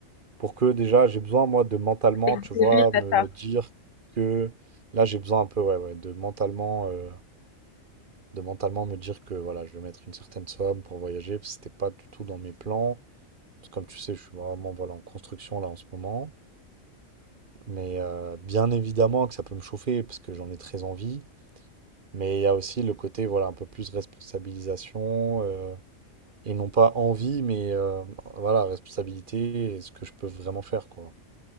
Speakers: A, on the right (about 45°); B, on the left (about 75°).
A: pour que déjà j'ai besoin moi de mentalement,
B: C'est
A: tu vois,
B: vrai, t'as
A: me
B: ça.
A: dire que là j'ai besoin un peu ouais, ouais, de mentalement euh, de mentalement me dire que voilà, je vais mettre une certaine somme pour voyager parce que c'était pas du tout dans mes plans. Parce que comme tu sais, je suis vraiment voilà en construction là en ce moment, mais euh, bien évidemment que ça peut me chauffer parce que j'en ai très envie, mais il y a aussi le côté voilà un peu plus responsabilisation euh, et non pas envie mais euh, voilà, responsabilité et ce que je peux vraiment faire quoi.